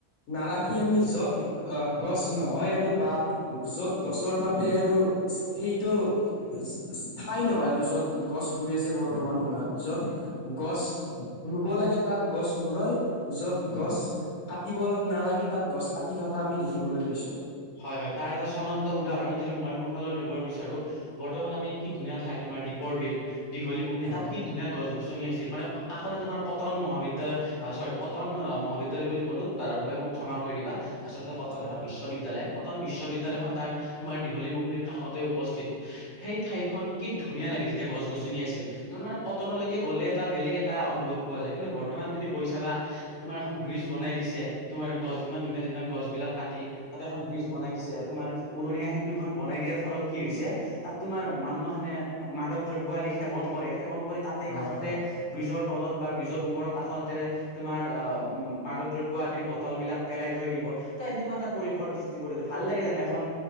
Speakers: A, on the left; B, on the left.
A: নাৰাখি আমি য'ত গছ নহয় আৰু। বা য'ত গছৰ বাবে আৰু চ সেইটো চ চ স্হায়ী নহয় আৰু য'ত। গছ ৰুই আছে বৰ্তমান সময়ত য'ত গছ ৰুব লাগে তাত গছ নুৰয়। যত গছ কাটিব নালাগে তাত গছ কাটি থকা আমি দেখিবলৈ পাইছো।
B: হয় হয় তাৰ এটা চলন্ত উদাহৰণ যদি মই মোৰ। ফালৰ দিব বিচাৰো বৰ্তমান আমি কি ধুনীয়া ঠাই তোমাৰ দ্বীপৰ বিল। দীঘলী পুুখুৰী
A: হয়
B: তাত কি ধুনীয়া গছ-গছনি আছিল মানে। কাষৰে তোমাৰ কটন মহাবিদ্যলয় চৰি কটন মহাবিদ্যয়ালয় বুলি ক'লো তাৰ বাবে মোক ক্ষমা কৰি দিবা আচলতে কটন
A: হয়
B: এখন
A: হয়
B: বিশ্ববিদ্য়ালয় কটন বিশ্ববিদ্যালয়খন
A: হয়
B: তাৰ তোমাৰ দীঘলী পুখুৰীৰ কাষতে উপস্থিত সেই ঠাই খখন কি ধুনীয়া লাগে যেতিয়া গছ গছনি আছিল ত কটনলৈকে গ'লে এটা বেলেগ এটা অনুভৱ পোৱা যায় কিন্তু বৰ্তমান তুমি গৈছাবা তুমাৰ এখন ব্ৰিজ বনাই াই দিছে তোমাৰ গছ ইমান ধুনীয়া ধুনীয়া গছ বিলাক কাটি তাতে এখন ব্ৰিজ বনাই দিছে তোমাৰ উৰণীয়া সেতুখন বনাই দিয়াৰ ফলত কি হৈছে তাত তোমাৰ মানুহ মাখে মাদক দ্ৰব্য আদি সেৱন কৰে সেৱন কৰি তাতে
A: হয়
B: কাষতে ব্ৰিজৰ তলত বা ব্ৰিজৰ ওপৰৰ কাষতে তোমাৰ অ উম মাদক দ্ৰব্য আদিৰ বটল বিলাক পেলাই থৈ দিব ত এনেকুৱা এটা পৰিৱেশৰ সৃষ্টি কৰিছে ভাল লাগে যোনো এখন